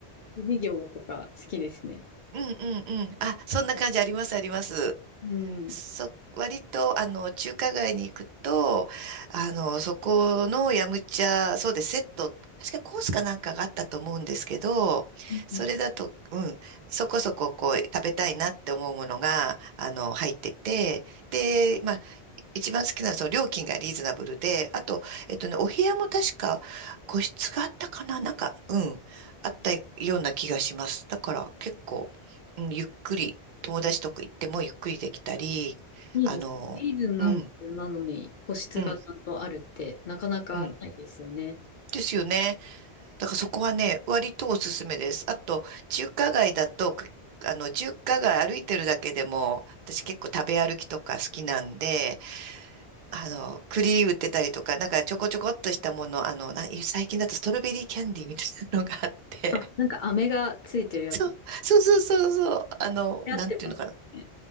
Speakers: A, on the left; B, on the right.
A: 授業とか好きですね。
B: うんうんうん。あ、そんな感じありますあります。
A: うん。
B: そ、割と、あの、中華街に行くと、あの、そこのヤムチャ、そうです、セット、確かコースかなんかがあったと思うんですけど、
A: うん
B: それだと、うん、そこそここう、食べたいなって思うものが、あの、入ってて、で、まあ一番好きなのはその料金がリーズナブルで、あと、えっとね、お部屋も確か個室があったかななんか、うん、あったような気がします。だから結構、うん、ゆっくり、友達とか行ってもゆっくりできたり、
A: いいです。
B: あの、
A: リーズナブルなのに個室がちゃんとあるってなかなかないですよね。
B: うん、うん、うん。ですよね。だからそこはね、割とおすすめです。あと、中華街だと、くあの、中華街歩いてるだけでも、私結構食べ歩きとか好きなんで、あの、栗売ってたりとか、なんかちょこちょこっとしたもの、あの、な、最近だとストロベリーキャンディーみたいなのがあって、
A: あ、なんか飴がついてるやつ。
B: <laughs> そう、
A: 流
B: そうそうそうそう、あの、
A: 行ってますね。
B: なんていうのかな。